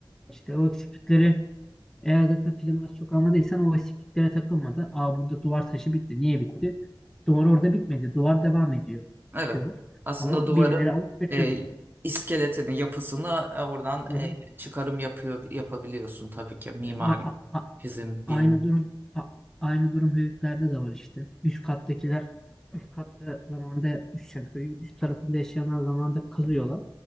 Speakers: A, in the centre; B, on the right.
A: İşte o eksiklikleri eğer zaten planı az çok anladıysan o eksikliklere takılmadan aa burada duvar taşı bitti. Niye bitti? Duvar orada bitmedi. Duvar devam ediyor.
B: Evet.
A: diyor.
B: Aslında
A: Ama
B: duvarın
A: birileri alıp götürün.
B: e, iskeletini, yapısını e, oradan
A: Hı
B: e,
A: hı.
B: çıkarım yapıyor yapabiliyorsun tabii ki mimari,
A: E, a- a-
B: bizim
A: Aynı
B: bilim
A: durum a- aynı durum höyüklerde de var işte. Üst kattakiler üst katta zamanda üst, yani höyüğün üst tarafında yaşayanlar zamanda kazıyorlar.